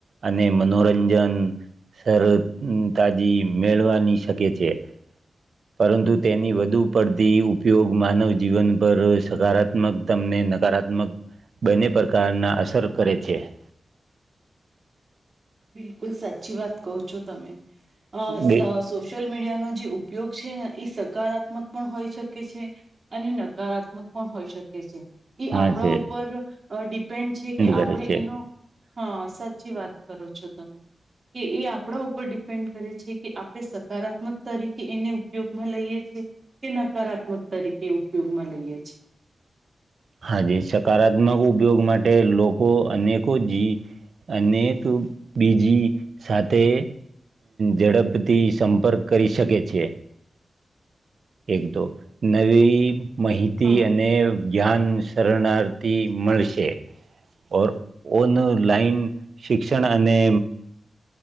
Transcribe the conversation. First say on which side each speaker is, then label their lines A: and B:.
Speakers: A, on the right; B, on the right.
A: અને મનોરંજન શરો તાજી મેળવાની શકે છે પરંતુ તેની વધુ પડતી ઉપયોગ માનવ જીવન પર સકારાત્મક તમને નકારાત્મક બંને પ્રકારના અસર કરે છે <inaudible>
B: બિલકુલ સાચી વાત કહો છો તમે અ અ સો
A: બે
B: સોસીયલ મીડિયાનો જે ઉપયોગ છે ને એ સકારાત્મક પણ હોઈ શકે છે અને નકારાત્મક પણ હોઈ શકે છે એ
A: હા
B: આપણા
A: છે
B: ઉપર અ ડિપેન્ડ છે કે
A: કરે
B: આપણે
A: છે
B: એનો હ સાચી વાત કરો છો તમે કે એ આપણા ઉપર ડિપેન્ડ કરે છે કે આપણે સકારાત્મક તરીકે એને ઉપયોગમાં લઈએ છે કે નકારાત્મક તરીકે ઉપયોગમાં લઈએ છે
A: હા જે સકારાત્મક ઉપયોગ માટે લોકો અનેકો જ અનેક બીજી સાથે ઝડપથી સંપર્ક કરી શકે છે એક દો નવી માહિતી
B: હા
A: અને ગ્યાન શરણાર્થી મળશે ઓ ઓન લાઈન શિક્ષણ અને